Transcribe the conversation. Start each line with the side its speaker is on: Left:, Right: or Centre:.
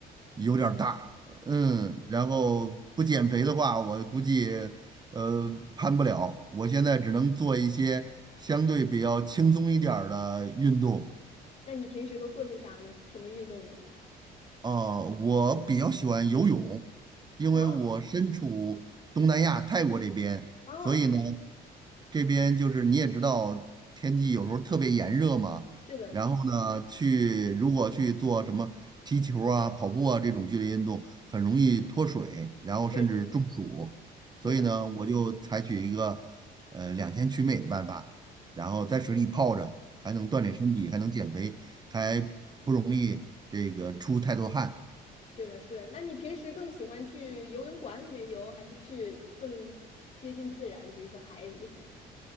Right: 有点儿大，嗯，然后不减肥的话，我估计呃攀不了。我现在只能做一些相对比较轻松一点儿的运动。
Left: 那你平时都做些啥呢？什么运动呢？
Right: 呃，我比较喜欢游泳，因为我身处东南亚泰国这边，
Left: 哦哦，
Right: 所以呢，这边就是你也知道，天气有时候特别炎热嘛。
Left: 是的，
Right: 然后呢，
Left: 是的，
Right: 去如果去做什么踢球啊、跑步啊这种剧烈运动，很容易脱水，然后甚至中暑。
Left: 是是的，
Right: 所以呢，我就采取一个呃两全取美的办法，然后在水里泡着，还能锻炼身体，还能减肥，还不容易这个出太多汗
Left: 是的，是的。那你平时更喜欢去游泳馆里面游，还是去更接近自然，比如说海里？